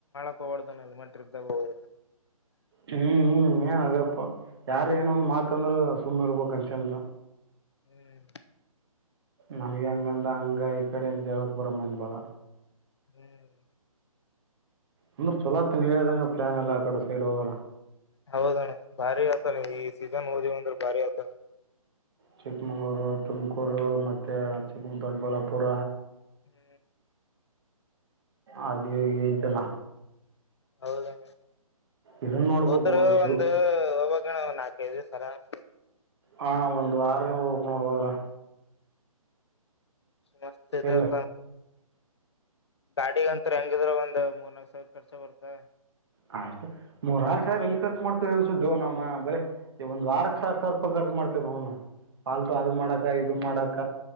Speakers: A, on the left; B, on the right.
A: <unintelligible>
B: ಹ್ಮ್ ಹ್ಮ್ ಮೇನ್ ಅದೆಯಪ್ಪ ಯಾರ ಏನ್ ಒಂದ್ ಮಾತ್ ಅಂದ್ರು ಸುಮ್ಮ್ ಇರ್ಬೇಕು ಅನ್ಷಂದ್
A: ಹ್ಮ್
B: ನನಗೆ ಹಂಗಂದ ಹಂಗ ಈ ಕಡೆ ಜಗಳಕ್ ಬರೊಮ್ಮಂದಿ ಬಾಳ
A: ಹ್ಮ್
B: ಅಂದ್ರ ಚೊಲೋತ್ತ ನೀ ಹೇಳ್ದಂಗ ಪ್ಲಾನ್ ಎಲ್ಲ ಆ ಕಡೆ ಸೈಡ್ ಹೋದರ
A: ಹೌದಣ್ಣ ಭಾರಿ ಆತಾನ ಈ ಸೀಸನ್ ಹೋದಿವ್ ಅಂದ್ರೆ ಭಾರಿ ಆತಾನ
B: ಚಿಕ್ಕಮಂಗಳೂರು ತುಮಕೂರು ಮತ್ತೆ ಚಿಕ್ಕ ದೊಡ್ಡಬಳ್ಳಾಪುರ.
A: ಹ್ಮ್
B: ಆದಿ ಯೋಗಿ ಇತಾಲ
A: ಹೌದಣ್ಣ
B: ಇದನ್ನ ನೋಡ್ಬೇಕು
A: ಹೋದರು
B: ಶೂ
A: ಒಂದು ಅವಾಗ ನಾಲ್ಕೈದು ದಿವಸ ಅರಾಮ್
B: ಹಾ ಒಂದ್ ವಾರ ಹೋಗಬೇಕ್ ನೋಡು ಹೋದ್ರ
A: ಮಸ್ತ್ ಇದೆ
B: ಇಲ್ಲ
A: ಕಣ ಗಾಡಿ ಅಂತ ಹೆಂಗಿದ್ರ ಒಂದ್ ಮೂರ್ನಾಕ್ ಸಾವಿರ ಖರ್ಚ ಬರುತಾ
B: ಹ ಅಷ್ಟೇ ಮೂರ್ನಾಲ್ಕಕ್ ಸಾವಿರ ಎಲ್ಲಿ ಖರ್ಚು ಮಾಡ್ತವಿ ಅನ್ಸುದೊ ನಮ್ಮ ಬರೀ ಒಂದ್ ವಾರಕ್ ಸಾವಿರ ಸಾವಿರ ಖರ್ಚ ಮಾಡ್ತೇನು ಪಾಲ್ತು ಅದ ಮಾಡಾಕ ಇದ ಮಾಡಾಕ